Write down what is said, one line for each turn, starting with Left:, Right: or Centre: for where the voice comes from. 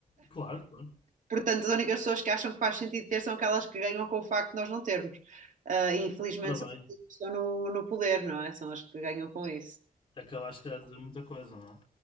Left: Claro, claro.
Right: Portanto, as únicas pessoas que acham que faz sentido ter são aquelas que ganham com o facto de nós não termos. Eh, e infelizmente
Left: Ora bem,
Right: são as pessoas que estão no, no poder, não é? São as que ganham com isso.
Left: acabaste calhar de dizer muita coisa, não